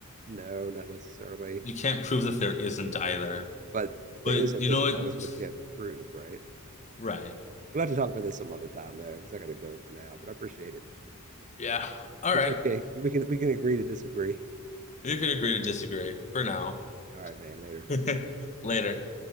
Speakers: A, on the right; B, on the left.
A: No, not necessarily.
B: You can't prove that there isn't either.
A: But
B: But
A: the isn't
B: you
A: isn't
B: know what?
A: always what
B: <sighs>
A: you have to prove, right?
B: Right.
A: We'll have to talk about this some other time though, because I got to go for now. But I appreciate it.
B: Yeah. All
A: It's
B: right.
A: okay. We can we can agree to disagree.
B: You can agree to disagree for now.
A: All right, man. Later.
B: <laughs> Later.